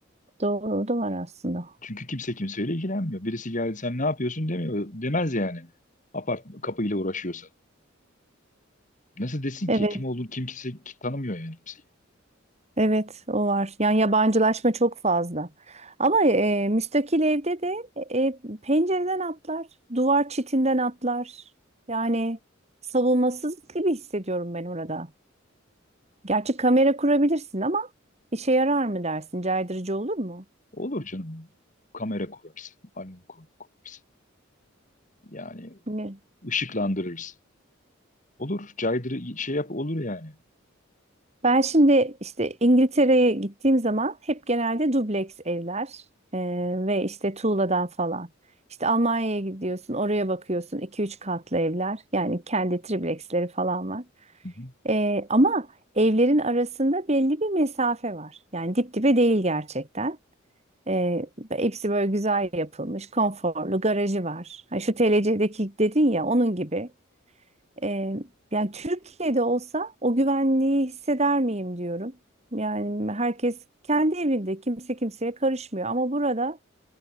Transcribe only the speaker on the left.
Çünkü kimse kimseyle ilgilenmiyor. Birisi geldi sen ne yapıyorsun demiyor demez yani. Apart kapıyla uğraşıyorsa. Nasıl desin
ki kim olduğunu kim kimse ki- tanımıyor yani kimseyi.
Olur canım. Kamera kurarsın, alarm kur- kurarsın. Yani
ışıklandırırsın. Olur, caydırı şey yap olur yani.
Hı hı,